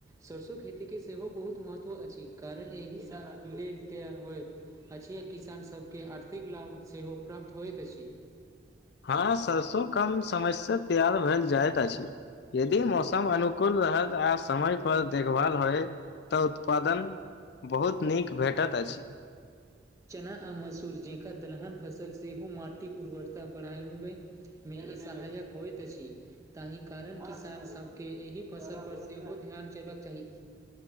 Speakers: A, on the right (about 15°); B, on the left (about 60°).
A: सरसो खेती के सेहो बहुत महत्व अछि कारण एहि सऽ तेल तैयार होयत। अछि आ किसान सभ केँ आर्थिक लाभ सेहो प्राप्त होइत अछि।
B: हँ सरसों कम समय से तैयार भेल जाइत अछि यदि मौसम अनु -कुल रहत आ समय पर देखभाल होयत तऽ उत्पादन बहुत नीक भेटैत अछि।
A: चना आ मसूर जेंका दलहन फसल सेहो माटिक उर्वरता बढ़ाबैक में ई सहायक होइत अछि। ताहि कारण किसान सभ केँ एहि फसल पर सेहो ध्यान देबाक चाही।